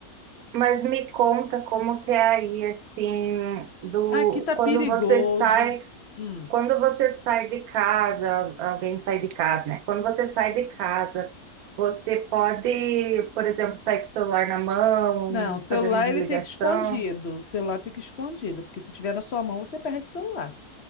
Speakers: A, on the right (about 75°); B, on the left (about 45°).
A: Mas me conta como que é aí, assim, do
B: Aqui tá
A: quando
B: perigoso.
A: você sai,
B: Hum.
A: quando você sai de casa, alguém sai de casa, né? Quando você sai de casa, você pode, por exemplo, sair com o celular na mão,
B: Não, o celular
A: fazendo
B: ele
A: ligação,
B: tem que ir escondido. O celular tem que ir escondido, porque se tiver na sua mão, você perde o celular.